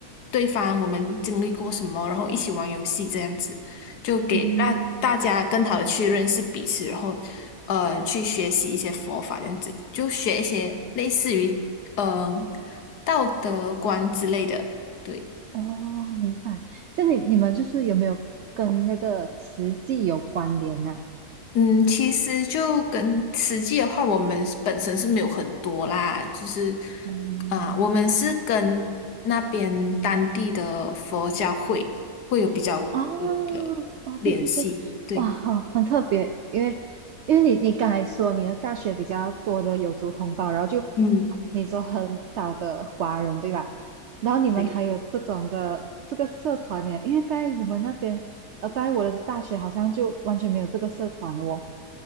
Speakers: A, on the left; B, on the right.
A: 对方我们经历过什么，然后一起玩游戏这样子，就给让大家更好的去认识彼此，
B: 嗯，
A: 然后呃去学习一些佛法这样子，就学一些类似于嗯、呃道德观之类的，对。
B: 哦，明白。这你你们就是有没有跟那个慈济有关联呢？
A: 嗯，其实就跟实际的话，我们是本身是没有很多啦，就是
B: 哦，
A: 啊、我们是跟那边当地的佛教会会有比较多的联系，
B: 哦哦，对对对，
A: 对，
B: 哇，好，很特别，因为因为你你刚才说你的大学比较多的有族同胞，然后就
A: 嗯，
B: 你说很少的华人，对吧？然后你们还有这种的这个社团呢，
A: 对，
B: 因为在我们那边，呃，在我的大学好像就完全没有这个社团了哦。